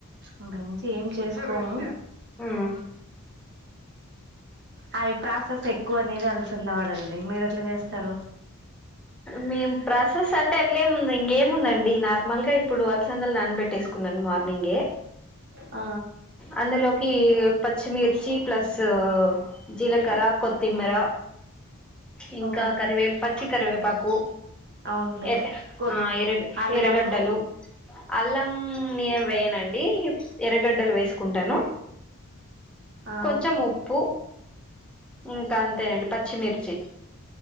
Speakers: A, on the right (about 50°); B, in the centre.
A: అంతమించి ఏం చేసుకోము
B: మ్మ్
A: అవి ప్రాసెస్ ఎక్కువ అనేది అలసింద వాడండి మీరు ఎట్లా చేస్తారు
B: మేం ప్రాసెస్ అంటే అట్లేము ఉంది ఇంకేముందండి నార్మల్ గా ఇప్పుడు ఆలసందలు నానబట్టేసుకో తీసుకున్నాను మార్నింగే
A: ఆ
B: అందులోకి పచ్చిమిర్చి ప్లస్ జీలకర్ర కొత్తిమీర ఇంకా
A: ఓ
B: కరివే పచ్చి కరివేపాకు
A: అవునులే
B: ఎర
A: కొ
B: ఆ ఎరగ
A: అల్లం
B: ఎరగడ్డలు అల్లం నేను వేయనండి ఎరగడ్డలు వేసుకుంటాను
A: ఆ
B: కొంచెం ఉప్పు ఇంకా అంతేనండి పచ్చిమిర్చి